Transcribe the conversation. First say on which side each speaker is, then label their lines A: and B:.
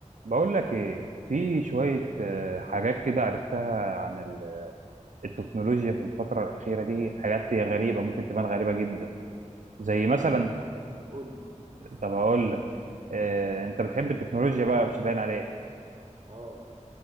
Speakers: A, on the right; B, on the right.
A: بقول لك ايه في شوية آه، حاجات كده عرفتها عن ال- التكنولوجيا في الفترة الأخيرة دي حاجات هي غريبة ممكن تبان غريبة جدا زي
B: انت
A: مثلا
B: جيت لي في ملعب قول لي
A: طب هقول لك آه، انت بتحب التكنولوجيا بقى مش باين عليك
B: لا اه